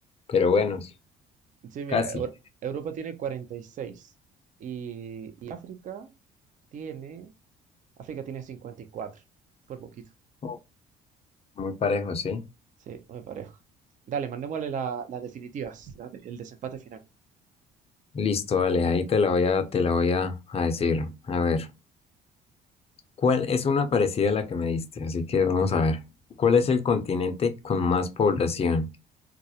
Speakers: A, on the left (about 35°); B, on the right (about 50°).
A: pero bueno, sí,
B: Sí, mira,
A: casi.
B: Eu- Europa tiene cuarenta y, seis y y África tiene, África tiene 54 por poquito.
A: Uf, Muy parejo, sí.
B: Sí, muy parejo. Dale, mandémosle la- las definitivas, la de- el desempate final.
A: Listo, vale, ahí te la voy a, te la voy a, a decir. A ver, ¿cuál es una parecida a la que me diste? Así que vamos a ver. ¿Cuál
B: Ujú.
A: es el continente con más población?